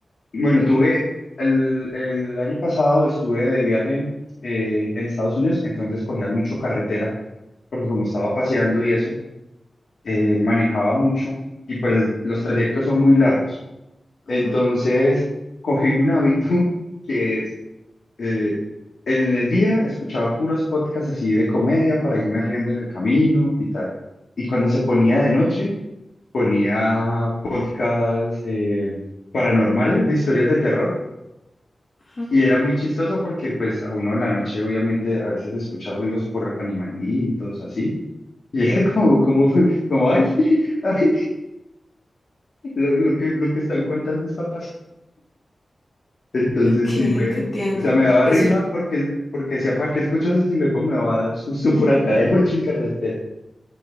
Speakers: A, on the left; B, on the left.
A: bueno, tuve, el, el año pasado estuve de viaje eh, en Estados Unidos, entonces cogía mucho carretera, porque como estaba paseando y eso, eh,
B: ujú,
A: manejaba mucho y pues las- los trayectos son muy largos. Entonces,
B: ujú,
A: cogí un hábito. <laughs> que es eh, en el día escuchaba puros podcasts así de comedia para irme riendo en el camino y tal. Y cuando se ponía de noche, ponía podcasts eh, paranormales de historias de terror.
B: ujú.
A: Y era muy chistoso porque pues a uno en la noche obviamente a veces escucha ruidos por animalitos, así. <laughs> Y era como, como, como, ay, <laughs> ay, lo, lo que, lo que están contando está Entonces
B: Ok,
A: sí me,
B: te entiendo.
A: o sea, me daba
B: Es
A: risa
B: un-
A: porque, porque decía, ¿para qué escucho eso si luego me va a dar susto por acá de noche en carretera?